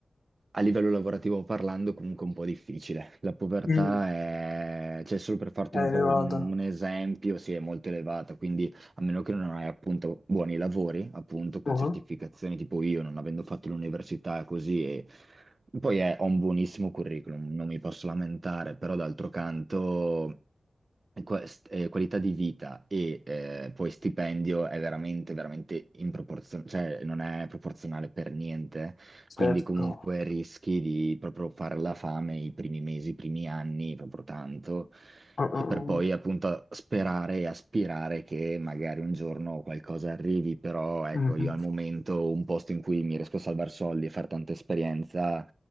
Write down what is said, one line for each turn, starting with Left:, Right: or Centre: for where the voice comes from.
Right: A livello lavorativo parlando, comunque è un po' difficile. La povertà
Left: Mm.
Right: è, cioè, solo per farti
Left: Eh,
Right: un po'
Left: Nevada.
Right: un, un esempio, sì, è molto elevata, quindi a meno che non hai appunto buoni lavori, appunto, con
Left: Uh-huh.
Right: certificazioni tipo io, non avendo fatto l'università così, e poi è- ho un buonissimo curriculum, non mi posso lamentare, però d'altro canto quest- eh, qualità di vita e eh, poi stipendio è veramente, veramente in proporzione, cioè non è proporzionale per niente quindi
Left: Certo.
Right: comunque rischi di proprio fare la fame i primi mesi, i primi anni, proprio tanto,
Left: Ah,
Right: e
Left: ah, ah.
Right: per poi appunto sperare e aspirare che magari un giorno qualcosa arrivi, però ecco,
Left: Mhm.
Right: io al momento un posto in cui mi riesco a salvare soldi e fare tanta esperienza,